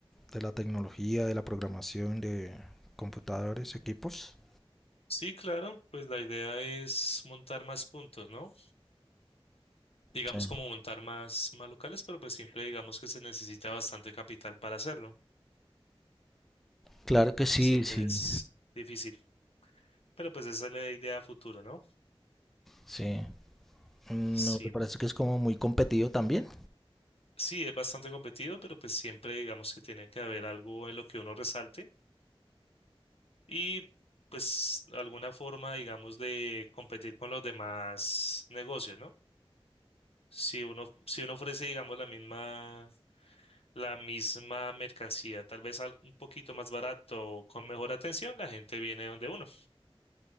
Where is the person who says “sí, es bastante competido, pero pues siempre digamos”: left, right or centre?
Left